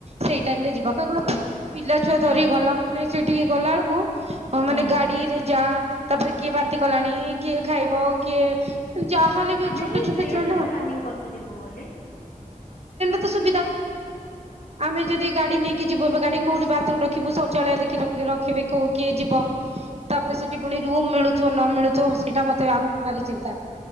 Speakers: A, on the right; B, on the left.
A: ସେଇ ଟାଇମ ରେ ଯିବା କେବଳ କହିଲ ପିଲ ଛୁଆ
B: ହୁଁ
A: ଧରି ଗଲା ମାନେ ସେଟିକି ଗଲାବେଳକୁ ହଁ ମାନେ
B: ହୁଁ
A: ଗାଡିରେ ଯା ତାପରେ କିଏ ବାନ୍ତି କଲାଣି କିଏ ଖାଇବ କିଏ ଯାହାହେଲେ ବି
B: ଆମେ
A: ଛୋଟ
B: ଏଇ
A: ଛୋଟ
B: ଟ୍ରେନରେ
A: ଛୁଆ ନା
B: ପ୍ଲାନିଂ କରିଚୁ ଯିବୁ ବୋଲି।
A: ସୁ ସୁୁବିଧା। ଆମେ
B: ହଁ
A: ଯଦି ଗାଡି ନେଇକି ଯିବୁ ଏ ଗାଡି କୋ। <unintelligible> ଥୁମ୍ ରଖିବୁ ଶୌଚାଳୟ ଦେଖି ରଖ ରଖିବି କୋଉ କିଏ ଯିବ ତାପରେ ସେଠି ପୁଣି ରୁମ ମିଳୁ ଥିବ ନମିଳୁ ଥିବ ସେଇଟା ମତେ ଆମକୁ ଭାରି ଚିନ୍ତା।